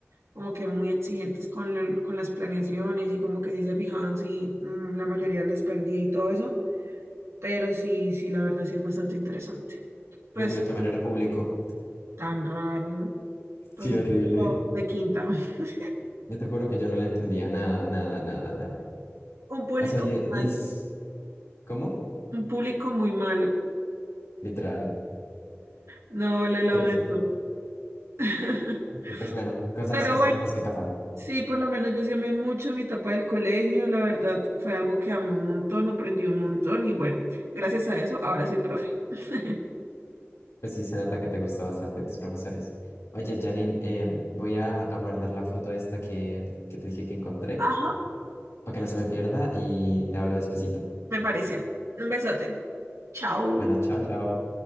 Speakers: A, on the right; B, on the left.
A: como que muy exigentes con, el- con las planeaciones y como que sí se fijaban si mm, la mayoría les perdía y todo eso. Pero sí, sí, la verdad sí es bastante interesante.
B: Pero
A: Pues
B: el mío también era público.
A: tan raro,
B: <laughs>
A: pues
B: Sí,
A: un
B: horrible.
A: público de quinta. <laughs>
B: Yo te juro que yo no le entendía nada, nada, nada, nada.
A: Un público
B: O sea, y,
A: muy
B: y
A: malo,
B: es, ¿cómo?
A: un público muy malo.
B: Literal.
A: No, lo lamento.
B: Pero sí,
A: <laughs>
B: pero sí, pues bueno, cosas,
A: Pero
B: cosas
A: bueno.
B: que pasan.
A: Sí, por lo menos yo sí amé mucho mi etapa del colegio, la verdad fue algo que amé un montón, aprendí un montón y bueno, gracias a eso ahora soy profe. <laughs>
B: Pues sí, se nota que te gustó bastante tus profesores. Oye, Janine, eh, voy a, a guardar la foto esta que, que te dije que encontré
A: Ajá,
B: para que no se me pierda y te hablo despacito.
A: me parece. Un besote. Chao.
B: Bueno, chao, chao.